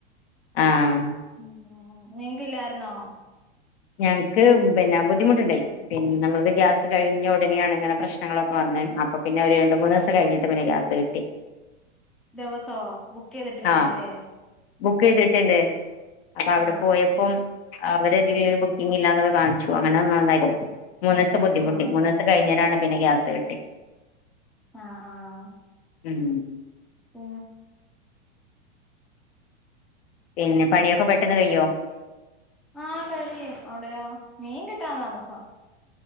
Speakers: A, on the left; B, in the centre.
A: ആഹ്
B: ഉം നിങ്ങക്കില്ലായിരുന്നോ
A: ഞങ്ങൾക്ക് പിന്നെ ബുദ്ധിമുട്ടുണ്ടായി പിന്നെ നമ്മളത് ഗ്യാസ് കഴിഞ്ഞ ഉടനെയാണ് ഇങ്ങനെ പ്രശ്നങ്ങളൊക്കെ വന്നത് അപ്പൊ പിന്നെ ഒരു രണ്ട് മൂന്ന് ദിവസം കഴിഞ്ഞിട്ട് പിന്നെ ഗ്യാസ് കിട്ടി
B: ദിവസോ ബുക്ക് ചെയ്തിട്ടിരുന്നയാല്ലേ
A: ആഹ് ബുക്ക് ചെയ്തിട്ടുണ്ട് അപ്പ അവിടെ
B: ആഹ്
A: പോയപ്പം
B: ആഹ്
A: അവര്തിലല് ബുക്കിംഗ ഇല്ലാന്നൊക്കെ കാണിച്ചു അങ്ങനെ നന്നായിരുന്നു മന്ന ദിവം ബുദ്ധിമുട്ടി
B: ആഹ്
A: മൂന്ന ദിവം കഴിരാണ് പിന്നെ ഗ്യാസ് കട്ടി
B: ആഹ ആഹ
A: ഉം
B: ഓ
A: പിന്നെ പണിയൊക്കെ പെട്ടെന്ന് കയോ
B: ആഹ കഴിയും അവിടെയ മീൻ കിട്ടാൻ താമസം